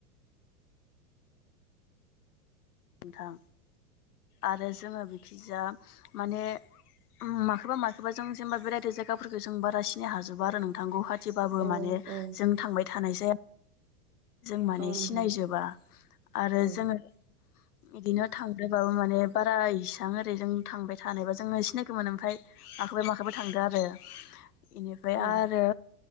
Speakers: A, on the left; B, on the right.
A: नोंथां आरो जोङो बेखिजा माने माबा माखौबा जों जेनेबा बेरायदो जायगाफोरफोरखौ जों बारा सिनायनो हाजोबा आरो नोंथां गखा एसेबाबो
B: औ
A: माने जों थांबाय थानाय जाया जों माने
B: औ नोंथां
A: सिनायजोबा आरो
B: औ
A: जोङो बिदिनो थांदोबाबो माने बारा इसेबां ओरै जों थांबाय थानायबा जोङो सिनायगोमोनो ओमफ्राय माखैबा माखैबाय थांदों आरो इनिफ्राय
B: औ
A: आरो।